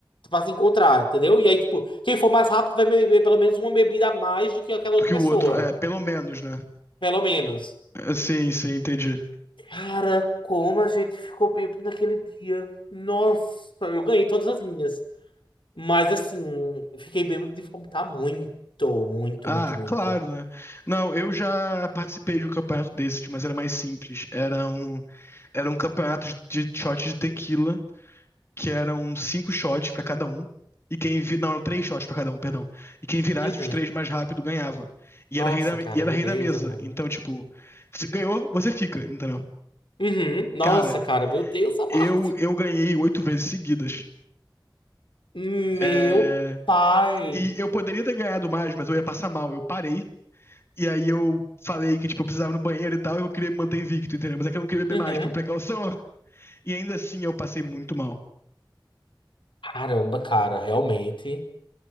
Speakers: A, on the left; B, on the left.
A: vai se encontrar, entendeu? E aí, tipo, quem for mais rápido vai beber pelo menos uma bebida a mais do que aquela outra
B: Do que
A: pessoa.
B: o outro. É, pelo menos, né?
A: Pelo menos.
B: É, Sim, sim, entendi.
A: Cara, como a gente ficou bêbado naquele dia. Nossa, eu ganhei todas as minhas. Mas assim, fiquei bêbado de vomitar muito, muito,
B: Ah,
A: muito, muito.
B: claro, né? Não, eu já participei de um campeonato desses, mas era mais simples. Era um, era um campeonato de, de shot de tequila. que eram cinco shots pra cada um. E quem vi... Não, eram três shots pra cada um, perdão. E quem virasse
A: Uhum.
B: os três mais rápido ganhava. E
A: Nossa,
B: era rei da, me-
A: cara,
B: e era
A: meu
B: rei
A: Deus,
B: da mesa.
A: amado.
B: Então, tipo, se ganhou, você fica, entendeu?
A: Uhum. Nossa,
B: Cara,
A: cara, meu Deus amado.
B: eu, eu ganhei oito vezes seguidas.
A: Meu
B: É,
A: pai.
B: E eu poderia ter ganhado mais, mas eu ia passar mal. Eu parei. E aí eu falei que, tipo, eu precisava ir no banheiro e tal, e eu queria me manter invicto, entendeu? Mas é que eu não queria beber
A: Uhum.
B: mais, por precaução. E ainda assim eu passei muito mal.
A: Caramba, cara, realmente.